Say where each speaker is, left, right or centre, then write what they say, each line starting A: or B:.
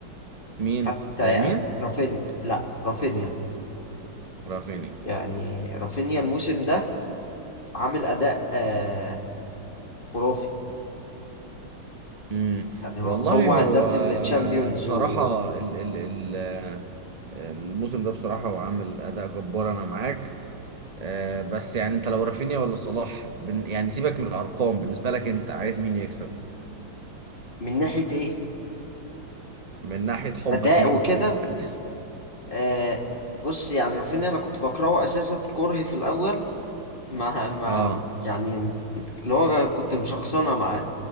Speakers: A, on the right; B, on the left.
A: مين
B: حتى
A: لامين
B: يعني رافينيا لا رافينيا
A: رافيني
B: يعني رافينيا الموسم ده عامل أداء آه خرافي
A: امم
B: يعني
A: والله
B: هو
A: هو
B: هداف الشامبيونز
A: بصراحة
B: ومن
A: ال ال ال آه، الموسم ده بصراحة هو عامل اداء جبار انا معاك آه، بس يعني انت لو رافينيا ولا صلاح بن يعني سيبك من الارقام بالنسبة لك انت عايز مين يكسب
B: ناحية إيه
A: من ناحية حبك
B: أداء
A: ليهم
B: وكده
A: <laughs>
B: آه بص يعني رافينيا أنا كنت بكرهه أساسا كرهي في الأول ما ما
A: اه
B: يعني اللي هو كنت مشخصنة معاه